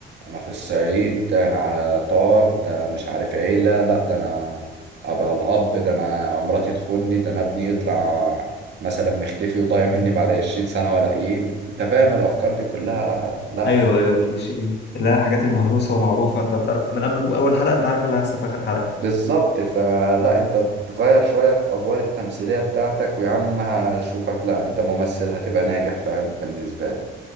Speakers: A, on the right; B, on the left.
A: انا في الصعيد ده انا على طار ده مش عارف عيلة لا ده انا ابقى الاب ده انا مراتي تخوني ده انا ابني يطلع مثلا مختفي وضايع مني بعد 20 سنة ولا ايه انت فاهم الافكار دي كلها لا
B: ايوه ايوه كليشيه لا الحاجات المهروسه ومعروفه انت تعرف من قبل اول حلقه انت عارف اللي هيحصل في اخر حلقه
A: بالظبط فلا انت تغير شوية في أدوار التمثيلية بتاعتك ويا عم هشوفك لا انت ممثل هتبقى ناجح فاهم بالنسبة لي